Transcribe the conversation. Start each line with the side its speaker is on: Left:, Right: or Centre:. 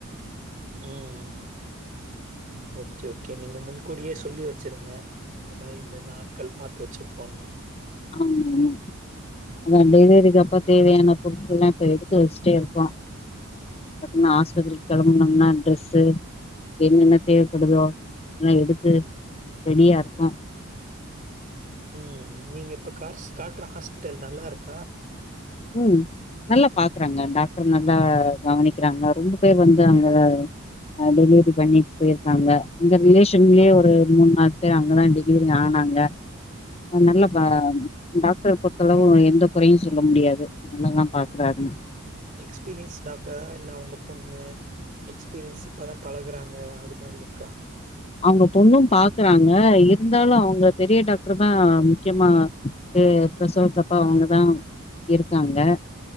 Right: ம் ஓகே ஓகே நீங்க முன்கூடியே சொல்லி வச்சிருங்க இந்த மாரி இந்த நாட்கள் பாத்து வச்சிரு கோன்னு
Left: ஆமாமாம் அதா டெலிவரிக்கு அப்ப தேவையான பொருட்கள்லா இப்ப எடுத்து வச்சுட்டேருக்கோ அப்பத்னா ஆஸ்பத்திரி கெளம்புணூனா ட்ரெஸ்ஸு என்னென்ன தேவப்படுதோ எல்லா எடுத்து ரெடியா இருக்கோ
Right: ம் நீங்க இப்ப கார்ஸ் காட்டுற ஹாஸ்பிட்டல் நல்லாருக்கா
Left: ம் நல்லா பாக்குறாங்க டாக்டர் நல்லா கவனிக்கிறாங்க ரொம்ப பேர் வந்து அங்க டெலிவரி பண்ணிட் போயிருக்காங்க எங்க ரிலேஷன்லயே ஒரு மூண் நால் பேர் அங்கதா டெலிவரி ஆனாங்க நல்ல
Right: ம்.
Left: பா டாக்டர் பொறுத்தளவூ எந்த கொறையூ சொல்ல முடியாது நல்லதா பாக்குறாருன்
Right: எக்ஸ்பீரியன்ஸ் டாக்டரா இல்ல அவங்க பொண்ணு எக்ஸ்பீரியன்ஸ் இப்பதா பழகுறாங்க அது மாரி இருக்கா
Left: அவங்க பொண்ணூ பாக்குறாங்க இருந்தாலூ அவங்க பெரிய டாக்டர் தா முக்கியமா பி ப்ரசோத்தப்பா அவங்கதா இருக்காங்க